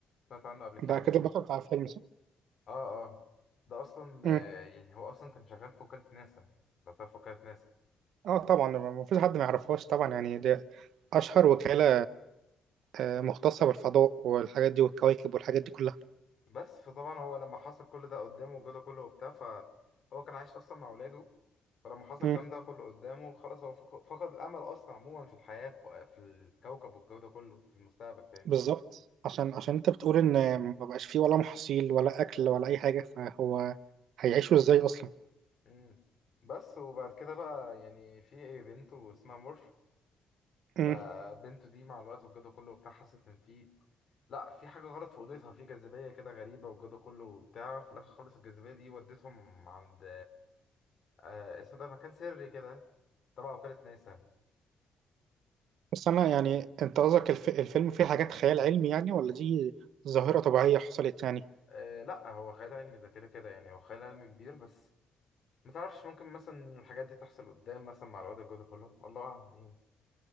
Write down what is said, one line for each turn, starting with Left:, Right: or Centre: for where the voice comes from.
Left: سمعت عنه قبل كده
Right: ده
Left: مش
Right: كده البطل بتاع الفيلم
Left: اه اه ده اصلا
Right: صح
Left: آه، يعني هو اصلا كان شغال في وكالة ناسا لو تعرف وكالة ناسا
Right: اه طبعا ما فيش حد ما يعرفهاش طبعا يعني دي اشهر وكالة آه، مختصة بالفضاء والحاجات دي والكواكب والحاجات دي كلها
Left: بس فطبعا هو لما حصل كل ده قدامه وجاله كله وبتاع فهو كان عايش اصلا مع ولاده فلما حصل
Right: مم.
Left: الكلام ده كله قدامه خلاص هو فق- فقد الامل اصلا عموما في الحياة في آه، في الكوكب والجو ده كله في المستقبل فاهمني
Right: بالظبط عشان عشان انت بتقول ان ما بقاش فيه ولا محاصيل ولا اكل ولا اي حاجة فهو هيعيشوا ازاي اصلا
Left: امم بس وبعد كده بقى يعني في ايه، بنت اسمها مورف
Right: مم.
Left: فبنته دي مع الوقت والجو ده كله وبتاع حست ان في لا في حاجه غلط في اوضتها في جاذبيه كده غريبه والجو ده كله وبتاع في الاخر خالص الجاذبيه دي ودتهم عند آه اسمه ده مكان سري كده تبع وكاله ناسا
Right: بس انا يعني انت قصدك الف... الفيلم فيه حاجات خيال علمي يعني ولا دي ظاهرة طبيعية حصلت يعني
Left: آه لا هو خيال علمي ده كده كده يعني هو خيال علمي كبير بس متعرفش ممكن مثلا الحاجات دي تحصل قدام مثلا مع الوقت الجو ده كله والله اعلم يعني